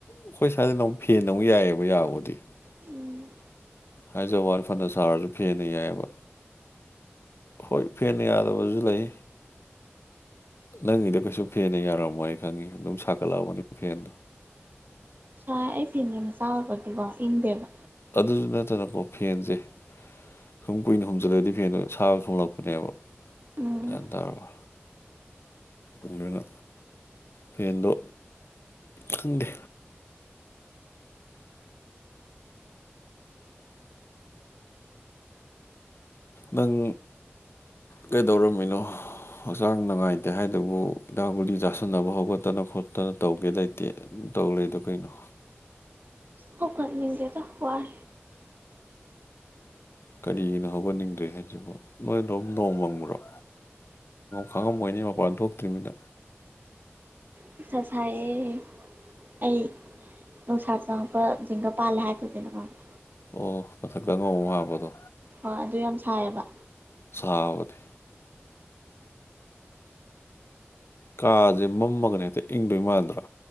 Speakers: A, on the left; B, on the right.
A: ꯑꯩꯈꯣꯏ ꯁ꯭ꯋꯥꯏꯗꯅ ꯑꯃꯨꯛ ꯐꯦꯟꯅ ꯑꯃꯨꯛ ꯌꯥꯏꯌ‌ꯦꯕ ꯌꯥꯕꯕꯨꯗꯤ
B: ꯎꯝ
A: ꯍꯥꯏꯖꯕꯩ ꯋꯥꯅꯤ ꯐꯅ ꯁꯥꯔꯁꯨ ꯐꯦꯟꯅ ꯌꯥꯏꯌ‌ꯦꯕ ꯍꯣꯏ ꯐꯦꯟꯅ ꯌꯥꯗꯕꯁꯨ ꯂꯩ ꯅꯪꯒꯤꯗ‌ꯣ ꯀꯩꯁꯨ ꯐꯦꯟꯅ ꯌꯥꯔꯝꯃꯣꯏ ꯑꯩ ꯈꯪꯉꯤ ꯑꯗꯨꯝ ꯁꯥꯒꯠꯂꯝꯒꯅꯤ ꯐꯦꯟ
B: ꯁꯥꯏ ꯑꯩ ꯐꯤꯟꯁ‌ꯦ ꯃꯆꯥ ꯑꯣꯏꯕꯒꯤꯀꯣ ꯏꯪꯗꯦꯕ
A: ꯑꯗꯨꯁꯨ ꯅꯠꯇꯅꯀꯣ ꯐꯦꯟꯁꯦ ꯁꯨꯝ ꯀꯨꯏꯅ ꯍꯨꯝꯖꯤꯜꯂꯗꯤ ꯐꯦꯟꯗꯣ ꯑꯁꯥꯕ ꯊ‌ꯣꯛꯂꯛꯄꯅꯦꯕ
B: ꯎꯝ
A: ꯒꯌꯥꯟ ꯇꯥꯔꯕ ꯑꯗꯨꯅ ꯐꯦꯟꯗꯣ ꯈꯪꯗꯦ ꯅꯪ ꯀꯩꯗꯧꯔꯝꯃꯤꯅꯣ ꯍꯛꯆꯥꯡ ꯅꯨꯡꯉꯥꯏꯇꯦ ꯍꯥꯏꯗꯨꯕꯨ ꯍꯤꯗꯥꯛ ꯒꯨꯂꯤ ꯆꯥꯁꯤꯟꯅꯕ ꯍꯧꯒꯠꯇꯅ ꯈꯣꯠꯇꯅ ꯇꯧꯒꯦ ꯂꯩꯇꯦ ꯇꯧ ꯂꯩꯗꯣ ꯀꯩꯅꯣ
B: ꯍꯧꯒꯠꯅꯤꯡꯗ‌ꯦꯗ ꯋꯥꯏ
A: ꯀꯔꯤꯒꯤꯅꯣ ꯍꯧꯒꯠꯅꯤꯡꯗꯦ ꯍꯥꯏꯁꯤꯕꯣ ꯅꯣꯏꯗꯣꯝ ꯅꯣꯡ ꯃꯪꯕ꯭ꯔ‌ꯣ ꯈꯪꯉꯝꯃ‌ꯣꯏꯅ‌ꯦ ꯃꯄꯥꯟ ꯊꯣꯛꯇ꯭ꯔꯤꯅꯤꯅ
B: ꯅꯨꯡꯁꯥ ꯁꯥꯏꯌꯦ ꯑꯩ ꯅꯨꯡꯁꯥ ꯆꯪꯉꯛꯄ ꯖꯤꯡꯒ ꯄꯥꯜꯂꯦ ꯍꯥꯏꯗꯨꯗꯤ‌ ꯅ‌ꯪꯉ‌ꯣꯟꯗ
A: ꯑꯣ ꯃꯊꯛꯇ ꯑꯉꯧꯕ ꯑꯃ ꯍꯥꯞꯄꯗꯣ
B: ꯍꯣꯏ ꯑꯗꯨ ꯌꯥꯝ ꯁꯥꯏꯌꯦꯕ
A: ꯁꯥꯕꯅꯤ ꯀꯥꯁꯦ ꯃꯝꯃꯒꯅ ꯍꯦꯛꯇ ꯏꯪꯗꯣꯏ ꯃꯥꯟꯗ꯭ꯔꯥ